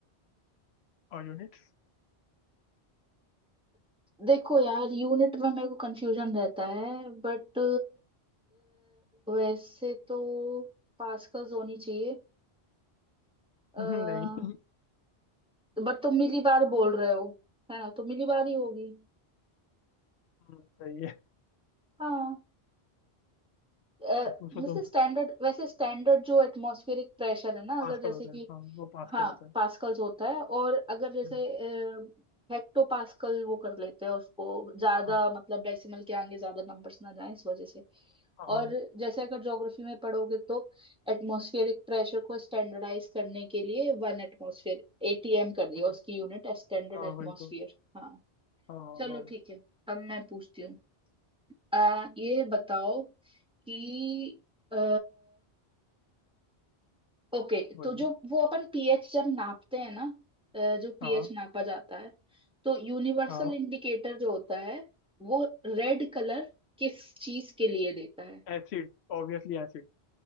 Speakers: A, on the left (about 75°); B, in the centre.
A: और यूनिट्स
B: देखो यार यूनिट में मेरे को कंफ्यूजन रहता है बट वैसे तो पास्कल्स होनी चाहिए अह,
A: <laughs> नहीं
B: बट तुम मिली बार बोल रहे हो है ना तो मिली बार ही होगी
A: हम्म, सही है
B: हाँ अ,
A: अब पूछो
B: वैसे
A: तो
B: स्टैंडर्ड वैसे स्टैंडर्ड जो एटमॉस्फेरिक प्रेशर है ना
A: पास्कल
B: अगर जैसे
A: होता
B: कि
A: है हाँ वो पास्कल
B: हाँ
A: होता है
B: पास्कल्स होता है और अगर जैसे
A: हम्म,
B: हेक्टो पास्कल वो कर लेते हैं उसको ज्यादा
A: हाँ
B: मतलब डेसिमल के आगे ज्यादा नंबर्स ना जाए इस वजह से
A: हाँ
B: और जैसे अगर ज्योग्राफी में पढ़ोगे तो एटमॉस्फेरिक प्रेशर को स्टैंडर्डाइज करने के लिए वन एटमॉस्फेयर एटीएम कर दिया
A: हाँ,
B: उसकी यूनिट स्टैंडर्ड
A: हाँ
B: एटमॉस्फेयर
A: वही तो
B: हाँ
A: हाँ
B: चलो
A: हाँ
B: ठीक है अब मैं पूछती हूँ आ, ये बताओ कि आ, ओके
A: बोलिए
B: तो जो वो अपन पीएच जब नापते हैं ना अ, जो पीएच
A: हाँ
B: नापा जाता है तो यूनिवर्सल
A: हाँ
B: इंडिकेटर जो होता है वो रेड कलर किस चीज के लिए देता है
A: Acid obviously acid